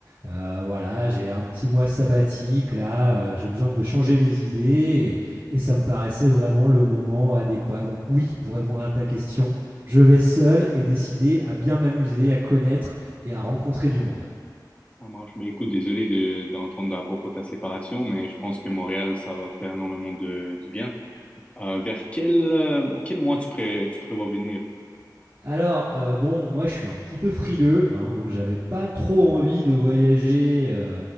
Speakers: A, on the right (about 35°); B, on the left (about 20°).
A: euh, voilà, j'ai un petit mois sabbatique là, euh, j'ai besoin de me changer les idées et ça me paraissait vraiment le moment adéquat. Donc oui, pour répondre à ta question, je vais seul et décidé à bien m'amuser, à connaître et à rencontrer du monde.
B: Ça marche. Mais écoute, désolé de, d'entendre à propos de ta séparation, mais je pense que Montréal, ça va te faire énormément de, du bien. Euh, vers quel, euh, quel mois tu, pré- tu prévois venir?
A: Alors, heu, bon, moi, je suis un petit peu frileux, hein, donc j'avais pas
B: Mhm.
A: trop envie de voyager, heu,